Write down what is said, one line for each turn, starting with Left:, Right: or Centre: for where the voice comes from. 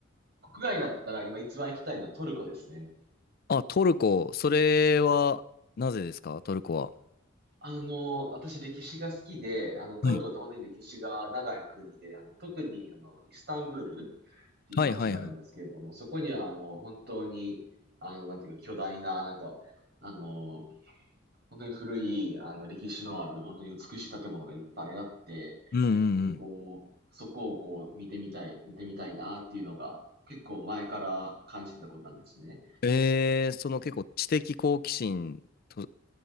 Right: 国外だったら今一番行きたいのはトルコですね。
Left: あ、トルコ。それは、なぜですかトルコは。
Right: あの、私歴史が好きで、あの、トルコって本当に歴史が長い国で、
Left: はい
Right: あの、特にあの、イスタンブールっていう街があるんですけれども、
Left: はいはいはい。
Right: そこにはあの、本当に、あの、なんていうか巨大な、なんか、あの、本当に古い、あの、歴史のある、本当に美しい建物がいっぱいあって、
Left: うんうん
Right: で、こう、そこをこう見てみたい、見てみたいなっていうのが結構前から感じてたことなんですね。
Left: うん。えー、その結構知的好奇心と